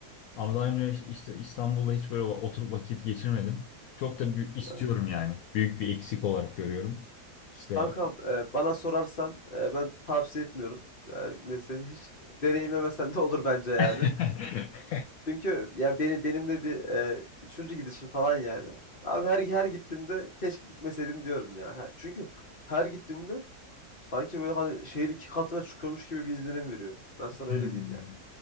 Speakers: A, on the left; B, on the left.
A: hı
B: Ama
A: hı.
B: daha önce işte İstanbul'da hiç böyle oturup vakit geçirmedim. Çok da büyük istiyorum
A: Yani,
B: yani. Büyük bir eksik olarak görüyorum. İşte
A: kankam e, bana sorarsan e, ben tavsiye etmiyorum. Yani mesela hiç deneyimlemesen de olur bence yani.
B: <laughs>
A: Çünkü ya beni benim de bir e, üçüncü gidişim falan yani. Abi her her gittiğimde keşke gitmeseydim diyorum ya. Ha, Çünkü her gittiğimde sanki böyle hani şehir iki katına çıkıyormuş gibi bir izlenim veriyor. Ben sana
B: Hmm.
A: öyle diyeyim yani.